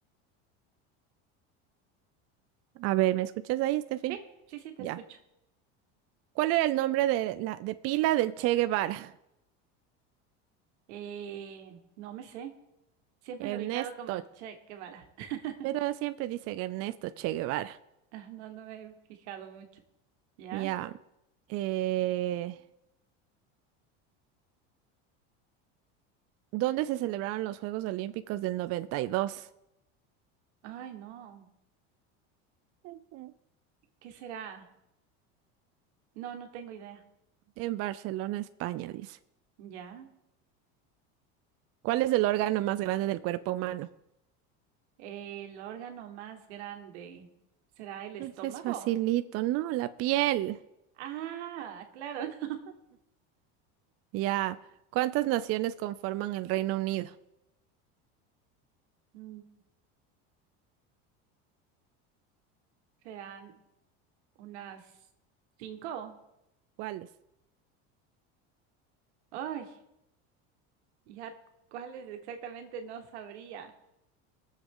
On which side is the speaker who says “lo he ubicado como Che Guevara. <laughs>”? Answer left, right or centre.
Right